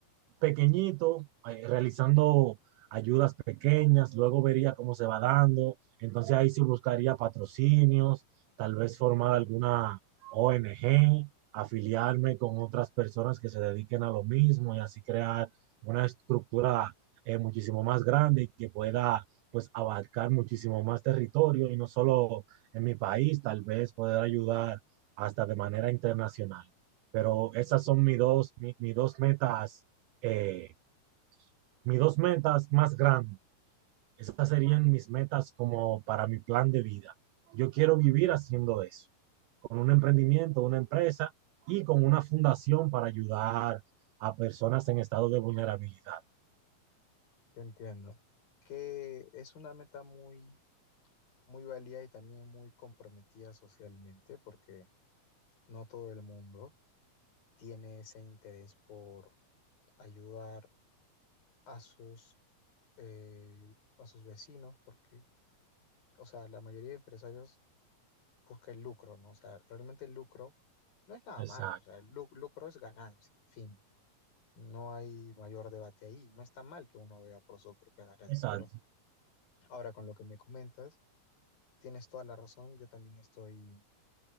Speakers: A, on the right; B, on the left.
A: pequeñito, eh, realizando ayudas pequeñas, luego vería cómo se va dando, entonces ahí sí buscaría patrocinios, tal vez formar alguna ONG, afiliarme con otras personas que se dediquen a lo mismo y así crear una estructura eh, muchísimo más grande y que pueda pues abarcar muchísimo más territorio y no solo en mi país, tal vez poder ayudar hasta de manera internacional. Pero esas son mis dos, mi, mis dos metas eh, mis dos metas más grandes, esas serían mis metas como para mi plan de vida. Yo quiero vivir haciendo eso, con un emprendimiento, una empresa y con una fundación para ayudar a personas en estado de vulnerabilidad.
B: Te entiendo. Que es una meta muy, muy válida y también muy comprometida socialmente, porque no todo el mundo tiene ese interés por ayudar a sus, eh, a sus vecinos, porque, o sea, la mayoría de empresarios busca el lucro, ¿no? O sea, realmente el lucro no es nada
A: Exacto,
B: malo, o sea, el lu- lucro es ganancia, fin. No hay mayor debate ahí. No está mal que uno vea por sus propias ganancias,
A: exacto.
B: pero ahora con lo que me comentas. Tienes toda la razón, yo también estoy,